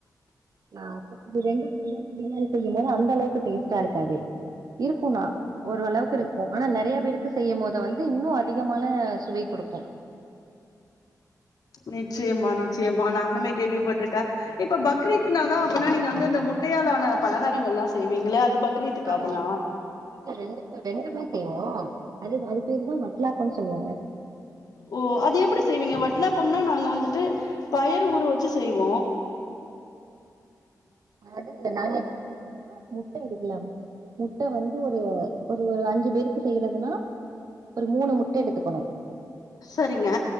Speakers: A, on the right; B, on the left.
A: ஆ இந்த ரெண்டு மூணு பேருக்கு பிரியாணி செய்யு போது அந்த அளவுக்கு டேஸ்ட்டா இருக்காது இருக்குணா ஓரளவுக்கு இருக்கு ஆனா நெறய பேருக்கு செய்யுபோது வந்து இன்னு அதிகமான சுவை குடுக்கு
B: நிச்சயமா நிச்சயமா நானுமே கேள்விப்பட்ருக்க இப்ப
A: ம்
B: பக்ரீத்னாதா அப்பனா நீங்க வந்து இந்த முட்டையால் ஆன பலகாரங்கள் எல்லா செய்வீங்களே அது பக் ரீத்துக்கா
A: ஆமா
B: அப்பனா
A: ரெண்டு ரெண்டுமே செய்வோ அது அது பேரு தா வட்லாப்பம்ன் சொல்லுவாங்க
B: ஓ அது எப்டி செய்வீங்க வட்லாப்பம்னா நாங்க வந்துட்டு பயறு ஊற வச்சு செய்வோ
A: அ நாங்க எப்டி செய்வோனா முட்ட இருக்குல முட்ட வந்து ஒரு ஒரு அஞ்சு பேருக்கு செய்றதுனா ஒரு மூணு முட்ட எடுத்துக்கணு
B: சரிங்க